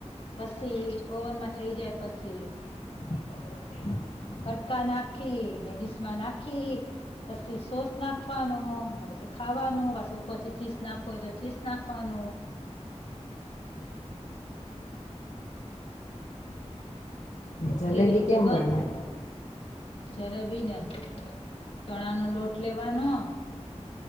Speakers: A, on the left; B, on the left.
A: પસી ઓવનમાં થઇ જાય પછી
B: <inaudible>
A: કટકા નાખી ને ડીશમા નાખી પછી સોસ નાખવાનો પછી ખાવાનું, ઉપરથી ચીઝ નાખવું હોય તો ચીઝ નાખવાનું
B: જલેબી
A: એવી રીતે
B: કેમ
A: બન
B: બનાય
A: જલેબી ને, ચણા નો લોટ લેવાનો